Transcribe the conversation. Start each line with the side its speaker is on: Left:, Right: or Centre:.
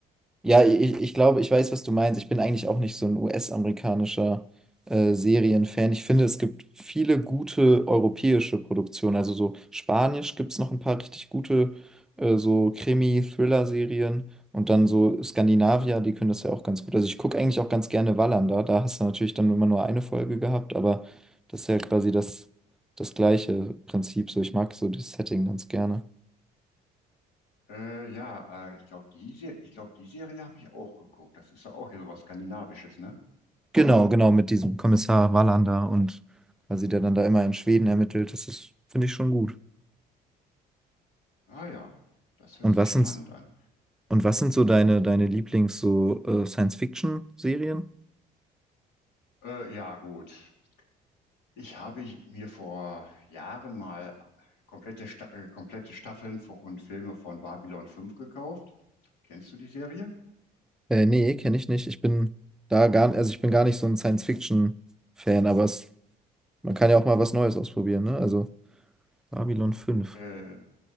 Centre: Ja, ich, ich glaube, ich weiß, was du meinst. Ich bin eigentlich auch nicht so ein US-amerikanischer äh, Serienfan. Ich finde, es gibt viele gute europäische Produktionen. Also so Spanisch gibt es noch ein paar richtig gute äh, so Krimi-Thriller-Serien. Und dann so Skandinavier, die können das ja auch ganz gut. Also ich gucke eigentlich auch ganz gerne Wallander. Da hast du natürlich dann immer nur eine Folge gehabt, aber das ist ja quasi das, das gleiche Prinzip. So, ich mag so das Setting ganz gerne.
Left: Äh, ja, äh, ich glaube, die, Se- ich glaub, die Serie habe ich auch geguckt. Das ist ja auch hier sowas Skandinavisches, ne?
Centre: Genau, genau, mit diesem Kommissar Wallander und quasi der dann da immer in Schweden ermittelt. Das ist, finde ich schon gut.
Left: Ah ja, das hört
Centre: Und
Left: sich
Centre: was
Left: spannend
Centre: sind,
Left: an.
Centre: und was sind so deine, deine Lieblings so äh, Science-Fiction-Serien?
Left: Äh, ja, gut. Ich habe mir vor Jahren mal komplette, Sta äh, komplette Staffeln von, und Filme von Babylon fünf gekauft. Kennst du die Serie?
Centre: Äh, nee, kenne ich nicht. Ich bin da gar, also ich bin gar nicht so ein Science-Fiction-Fan, aber es, man kann ja auch mal was Neues ausprobieren, ne? Also Babylon fünf.
Left: Äh,